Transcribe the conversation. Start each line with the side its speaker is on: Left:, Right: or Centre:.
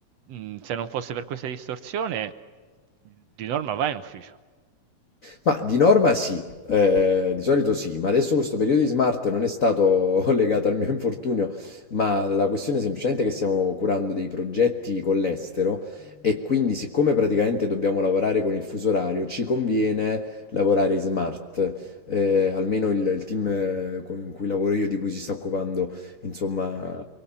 Right: mhmm, se non fosse per questa distorsione, di norma vai in ufficio.
Left: Ma di norma sì, eh, di solito sì, ma adesso questo periodo di smart non è stato <laughs> legato al mio infortunio, ma la questione è semplicemente che stiamo curando dei progetti con l'estero e quindi siccome praticamente dobbiamo lavorare con il fuso orario, ci conviene lavorare in smart. Eh, almeno il, il team eh, con- in cui lavoro io, di cui si sta occupando, insomma,